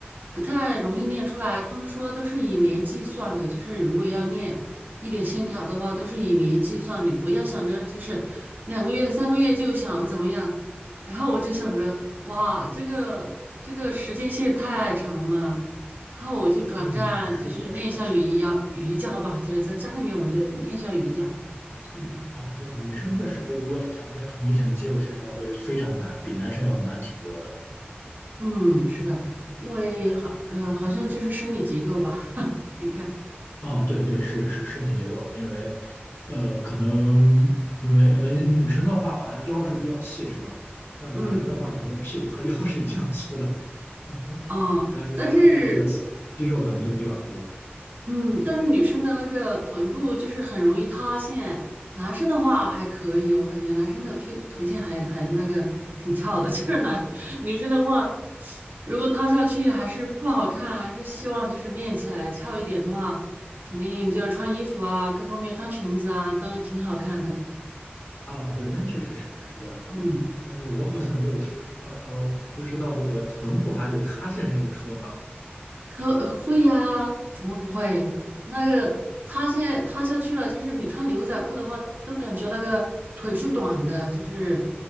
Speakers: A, on the right; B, on the left.
A: 不太容易练出来。他们说都是以年计算的，就是如果要练一点线条的话，都是以年计算。你不要想着就是两个月、三个月就想怎么样。然后我就想着，哇，这个这个时间线太长了。然后我就转战，
B: 嗯，是的，
A: 就是练一下瑜伽，
B: 是的。
A: 瑜伽吧，就是在家里面我就练一下瑜伽，就是那种。
B: 哦，对，女生确实如果想练出明显的肌肉线条会非常难，比男生要难挺多的。
A: 嗯，是的，因为好，呃，好像就是生理结构吧，你看，
B: 哦，对对，是是身体结构，因为呃，可能因为因为女生的话好像腰是比较细，是吧？像男生的话，
A: 嗯，
B: 感觉屁股和腰是一样粗的。<laughs>
A: 啊，
B: 然后就他他这个
A: 但是，
B: 肌肉可能就比较多
A: 嗯，但是女生的那个臀部就是很容易塌陷，男生的话还可以，我感觉男生的屁臀线还还那个挺翘的，<laughs> 就是男 <laughs> 女生的话，如果塌下去还是不好看，还是希望就是练起来翘一点的话，肯定就穿衣服啊，各方面穿裙子啊都挺好看的，
B: 啊，对，那确实是是这样的，
A: 嗯
B: 但是我好像没有听说，
A: 嗯
B: 哦哦，不知道这个臀部还有塌陷这一说
A: 可呃会呀，怎么不会？那个塌现在塌下去了，就是你穿牛仔裤的话，都感觉那个腿是短的，就是，